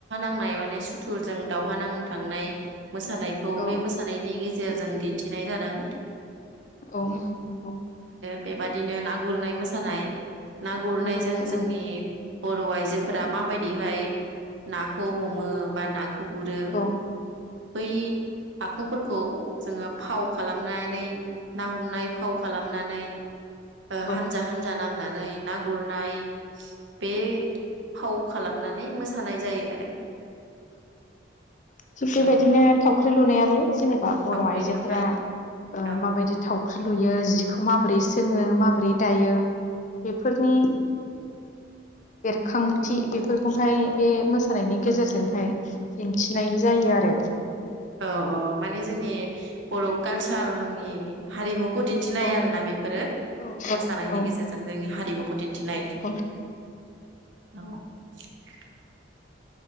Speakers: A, on the right; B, on the left.
A: माने सुथुरजों दावहा नांनो थांनाय मोसानायखौ
B: औ
A: बे मोसानायनि गेजेर गेजेरजों दिन्थिनाय जादों ।
B: औ नंगौ ।
A: बेबादिनो ना गुरनाय मोसानाय ना गुरनायजों
B: गुरनाय
A: जोंनि
B: ओं
A: बर आइजो फोरा माबायदिहाय नाखौ हमो बा नाखौ गुरो
B: ओ
A: बै
B: औ
A: आखुफोरखौ जोङो फाव खालामनानै ना हमनाय फाव खालामनानै ओ
B: औ
A: हानजा हानजा नांना । नै नाय ना गुरनाय बे फाव खालामनानै मोसानाय जायो आरो ।
B: थिग बेबायदिनो
A: औ
B: थावख्रि लुनायाबो जेनेबा बर
A: थावख्रि
B: आइजोफोरा
A: लुनाय
B: ओ
A: औ
B: माबायदि थावख्रि लुयो जिखौ माबोरै सोङो माबोरै दायो बेफोरनि बेरखांथि बेफोरखौहाय बे मोसानायनि गेजेरजोंहाय दिन्थिनाय जायो आरो ।
A: औ औ माने जोंनि बर काल्स <unintelligible> नि हारिमु बेखौ दिन्थिनाय
B: औ
A: आरोना बेफोरो
B: औ औ
A: मोसानायनि
B: औ
A: गेजेरजों जोंनि हारिमुखौ दिन्थिनाय
B: नंगौ
A: औ । <inaudible>